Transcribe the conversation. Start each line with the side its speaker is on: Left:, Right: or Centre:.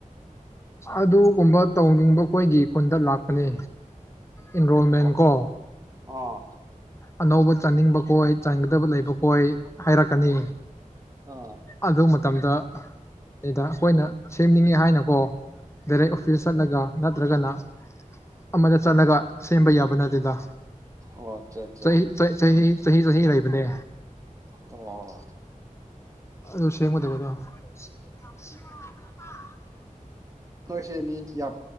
Left: ꯑꯗꯨꯒꯨꯝꯕ ꯇꯧꯅꯤꯡꯕ ꯑꯩꯈꯣꯏꯒꯤ ꯈꯨꯟꯗ ꯂꯥꯛꯄꯅꯦ ꯏꯟꯔꯣꯜꯃꯦꯟ
Right: ꯑꯣ
Left: ꯀꯣ
Right: ꯑꯥ
Left: ꯑꯅꯧꯕ ꯆꯥꯅꯤꯡꯕ ꯈꯣꯏ ꯆꯥꯅꯤꯡꯒꯗꯕ ꯂꯩꯕ ꯈꯣꯏ ꯍꯥꯏꯔꯛꯀꯅꯤ
Right: ꯑꯥ
Left: ꯑꯗꯨ ꯃꯇꯝꯗ ꯅꯤꯗ ꯑꯩꯈꯣꯏꯅ ꯁꯦꯝꯅꯤꯡꯉꯦ ꯍꯥꯏꯅꯀꯣ ꯗꯥꯏꯔꯦꯛ ꯑꯣꯐꯤꯁ ꯆꯠꯂꯒ ꯅꯠꯇ꯭ꯔꯒꯅ ꯑꯃꯗ ꯆꯠꯂꯒ ꯁꯦꯝꯕ ꯌꯥꯕ ꯅꯠꯇꯦꯗ
Right: ꯑꯣ ꯑꯆꯥꯠ
Left: ꯆꯍꯤ ꯆꯩ ꯆꯍꯤ ꯆꯍꯤ ꯆꯍꯤꯒꯤ ꯂꯩꯕꯅꯦ
Right: ꯑꯣ
Left: ꯑꯗꯨ ꯁꯦꯝꯒꯗꯕꯗꯣ <inaudible>
Right: ꯅꯣꯏꯁꯦ ꯃꯤ ꯌꯥꯝ